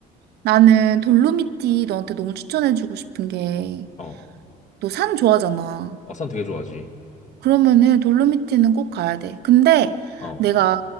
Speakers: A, on the right; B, on the left.
A: 나는 돌로미티 너한테 너무 추천해주고 싶은 게
B: 어.
A: 너 산 좋아하잖아.
B: 아산 되게 좋아하지.
A: 그러면은 돌로미티는 꼭 가야 돼. 근데
B: 어,
A: 내가